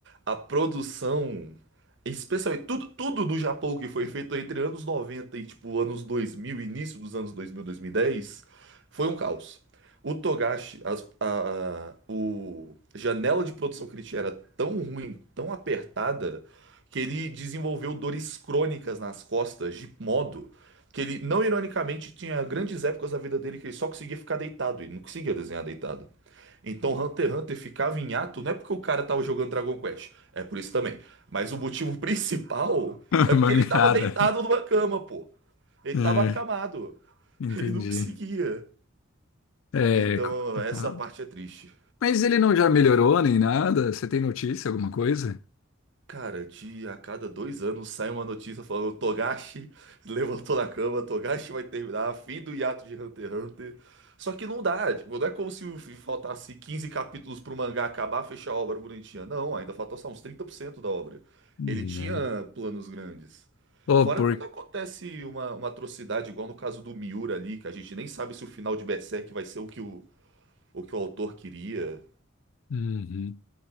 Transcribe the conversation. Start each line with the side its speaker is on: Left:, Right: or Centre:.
Right: A produção, especialmente tudo, tudo do Japão que foi feito entre anos 90 e tipo anos 2000 início dos anos 2000, dez foi um caos. O Togashi, as- a, a, o a janela de produção que ele tinha era tão ruim, tão apertada que ele desenvolveu dores crônicas nas costas, de modo que ele, não ironicamente, tinha grandes épocas da vida dele que ele só conseguia ficar deitado, ele não conseguia desenhar deitado. Então Hunter x Hunter ficava em ato, não é porque o cara tava jogando Dragon Quest, é por isso também. Mas o motivo <laughs> principal
Left: <laughs>
Right: é
Left: Mangada.
Right: porque ele tava deitado numa cama, pô. Ele
Left: É,
Right: tava acamado.
Left: entendi.
Right: Ele não conseguia.
Left: É,
Right: Então
Left: co-
Right: essa
Left: ah,
Right: parte é triste.
Left: mas ele não já melhorou nem nada? Você tem notícia, alguma coisa?
Right: Cara, de a cada dois anos sai uma notícia falando Togashi levantou da cama, Togashi vai terminar, fim do hiato de Hunter x Hunter. Só que não dá, tipo, não é como se faltasse 15 capítulos pro mangá acabar, fechar a obra bonitinha. Não, ainda faltou só uns 30% da obra.
Left: Né.
Right: Ele tinha planos grandes.
Left: Oh,
Right: Fora
Left: por...
Right: quando acontece uma, uma atrocidade, igual no caso do Miura ali, que a gente nem sabe se o final de Berserk vai ser o que o, o que o autor queria.
Left: Uhum.